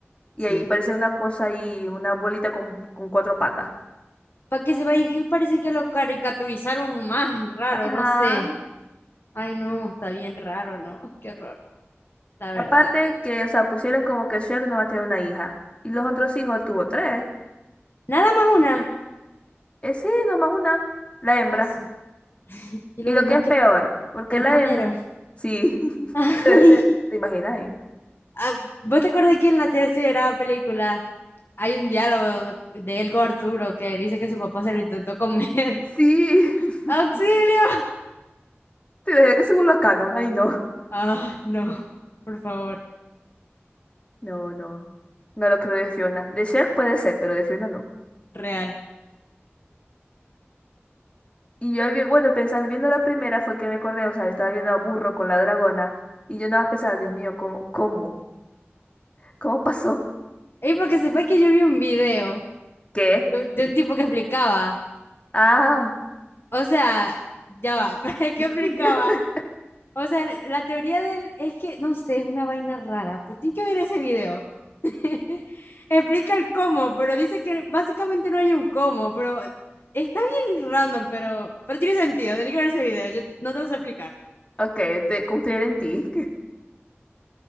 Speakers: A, on the left; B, on the left.
A: Y
B: sí.
A: ahí parece una cosa ahí, una bolita con, con cuatro patas.
B: Para que se vaya, que parece que lo caricaturizaron más, raro,
A: Ajá.
B: no sé. Ay, no, está bien raro, ¿no? <laughs> Qué horror, la verdad.
A: Aparte que, o sea, pusieron como que Shrek nomás tiene una hija. Y los otros hijos, él tuvo tres.
B: Nada más una.
A: Eh, sí, nomás una, la hembra.
B: Ah, su- Y los
A: Y lo
B: demás
A: que es
B: que
A: peor, porque
B: se los
A: la
B: comieron.
A: hembra, sí, <laughs>
B: <laughs>
A: debe
B: Ay.
A: ser, ¿te imaginas ahí?
B: Ah, ¿vos te acordás que en la tercera película hay un diálogo de él con Arturo que dice que su papá se lo intentó comer? <laughs>
A: Sí, <laughs>
B: ¡Auxilio!
A: te imaginas que se vuelva canon, ay no,
B: Ah, no, por favor,
A: no, no, no lo creo de Fiona, de Shrek puede ser, pero de Fiona no.
B: real.
A: Y yo, vi- bueno, pensando, viendo la primera fue que me acordé, o sea, estaba viendo a Burro con la dragona, y yo nada más pensaba, Dios mío, ¿cómo, cómo, cómo pasó?
B: Y para que sepáis que yo vi un video
A: ¿Qué?
B: de de un tipo que explicaba.
A: Ah,
B: O sea, ya va, <laughs> pero es explicaba.
A: <laughs>
B: O sea, la teoría del es que, no sé, es una vaina rara, pero tiene que ver ese video. <laughs> Explica el cómo, pero dice que básicamente no hay un cómo, pero está bien random, pero, pero tiene sentido, tiene que ver ese video, yo no te lo sé explicar.
A: ok, te confiaré en ti,